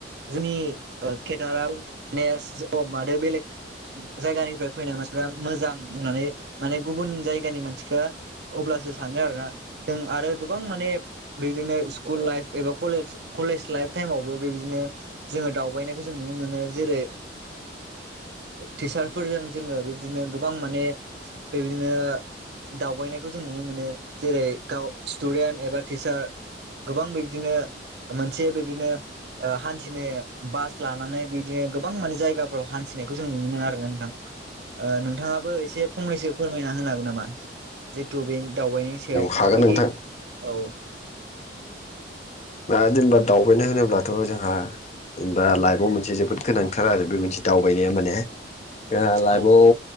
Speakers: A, on the right; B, on the left.
A: जोंनि केदाराम नेस मादो बेलेग जायगानिफ्राय फैनाय मानसिफ्रा मोजां बुंनानै माने गुबुन जायगानि मानसिफ्रा अब्ला सो सानदों आरोना जों आरो गोबां माने बिदिनो स्कुल लाइफ एबा कलेज कलेज लाइफ टाइमावबो बेदिनो जोङो दावबायनायखौ जों नुनो मोनो जेरै टिचारफोरजों जोङो बिबदिनो गोबां माने बेबायदिनो दावबायनायखौ जों नुनो मोनो जेरै गाव स्टुडेन्ट एबा टिचार गोबां बिबदिनो मोनसे बिबदिनो ओ हान्थिनो बास लानानै बिदिनो गोबां माने जायगाफ्राव हान्थिनायखौ जों नुनो मोनो आरो नोंथां। ओ नोंथाङाबो एसे फंनैसो फोरमायना होनो हागोन नामा जितु बे दावबायनि सायाव
B: हागोन
A: माबायदि
B: नोंथां
A: औ
B: ना जेनेबा दावबायनाय होनो ब्लाथ' जोंहा जेनेबा लाइफआव मोनसे जोबोद गोनांथार आरो बे मोनसे दावबायनाया माने जोंहा लाइबआव
A: औ